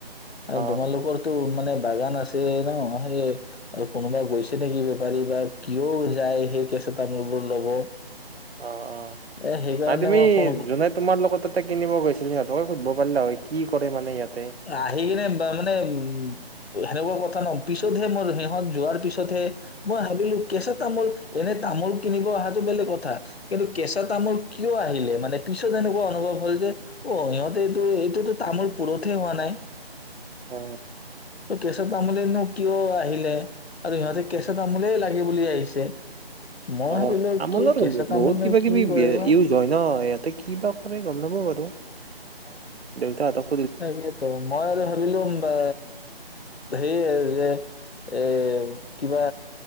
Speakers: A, on the right; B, on the left.
A: অ
B: তোমালোকৰতো মানে বাগান আছে ন? সেই আৰু কোনোবা গৈছে নেকি বেপাৰী বা কিয় যায়, সেই কেঁচা তামোলবোৰ ল'ব
A: অ', অ',
B: এ সেইকাৰণে
A: নাই তুমি
B: মই ফোন
A: যোনে তোমাৰ লগত তাতে কিনিব গৈছিল, সিহঁতকে সুধিব পাৰিলা হয়। কি কৰে মানে ইয়াত
B: আহি কিনে বা মানে, উম, সেনেকুৱা কথা পিছতহে মোৰ সিহঁত যোৱাৰ পিছতহে মই ভাবিলো, কেঁচা তামোল, এনে তামোল কিনিব অহাটো বেলেগ কথা, কিন্তু কেঁচা তামোল কিয় আহিলে মানে পিছত এনেকুৱা অনুভৱ হ'ল যে, অ', সিহঁতে এইটো এইটোতো তামোল পুৰ ঠে হোৱা নাই
A: অ
B: ত কেঁচা তামোলেনো কিয় আহিলে? আৰু সিহঁতে কেঁচা তামোলে লাগে বুলি আহিছে। মই
A: অ',
B: ভাবিলো
A: তামোলৰ
B: কি কেঁচা তামোলনো
A: বহুত কিবা
B: কি
A: কিবি
B: কৰে বা
A: ইউজ হয় ন ইয়াত। কি বা কৰে গম নাপাওঁ বাৰু।
B: অ,
A: দেউতা অতক।
B: তাকেতো। মই আৰু ভাবিলোম বা হেৰে এ কিবা